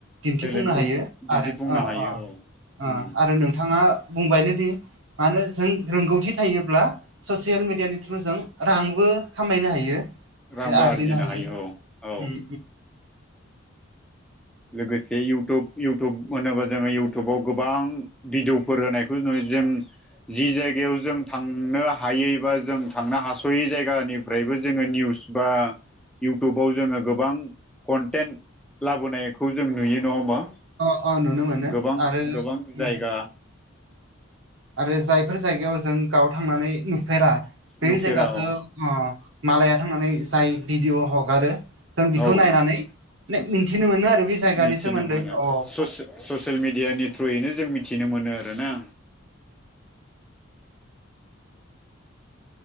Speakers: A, on the right (about 65°); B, in the centre.
A: दिन्थिफुंनो
B: टेलेन्टखौ
A: हायो
B: दिन्थिफुंनो
A: आरो अ ओ
B: हायो औ उम
A: ओ आरो नोंथाङा बुंबायनो दि मानो जों रोंगौथि थायोब्ला ससियेल मेडियानि थ्रु जों रांबो खामायनो हायो एसे
B: रांबो
A: आरजिनो हायो।
B: औ औ लोगोसे इउटुब इउटुब होनोबा जोङो इउटुबाव गोबां भिडिअफोर होनायखौ नु जों जि जायगायाव जों थांनो हायै बा जों थांनो हास'यै जायगानिफ्रायबो जोङो निउस बा इउथुबाव जोङो गोबां कन्टेन लाबोनाय खौ जों नुयो नङा होमबा।
A: अ अ नुनो मोनो
B: गोबां
A: आरो
B: गोबां जायगा
A: ओ आरो जायफोर जायगायाव जों गाव थांनानै नुफेरा बे
B: नुफेरा
A: जायगाखौ
B: औ
A: मालाया थांनानै जाय भिडिअ' हगारो जों बेखौ
B: औ
A: नायनानै मिन्थिनो मोनो आरो बे जायगानि
B: मिथिनो
A: सोमोन्दै
B: मोनो
A: अ
B: ससियेल मिडियानि थ्रुयैनो जों मिथिनो मोनो आरो ना।